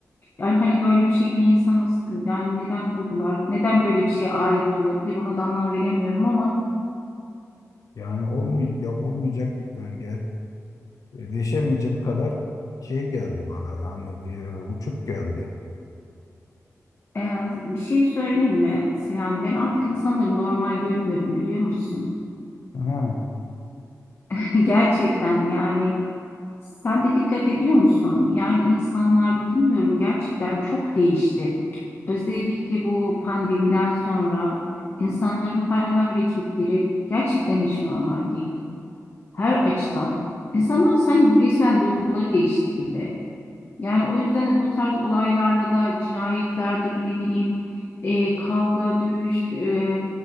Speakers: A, on the left; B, on the left.
A: Yani hani böyle bir şey bir insan nasıl yani neden kurgular? Neden böyle bir şeye alet olabilir? Ona da anlam veremiyorum ama
B: yani olmuyor ya olmayacak yani gerçekleşemeyecek kadar şey geldi bana yani e, uçuk geldi.
A: Ee, bir şey söyleyeyim mi Sinan? Ben artık insanları normal görmüyorum biliyor musun?
B: Ha,
A: <laughs> Gerçekten yani sen de dikkat ediyor musun? Yani insanlar bilmiyorum gerçekten çok değişti. Özellikle bu pandemiden sonra insanların hal ve hareketleri gerçekten hiç normal değil. Her açıdan. İnsanların sanki resmen duyguları değişti gibi. Yani o yüzden de bu tarz olaylarla da cinayetlerdir ne bileyim e, kavga, dövüş, e,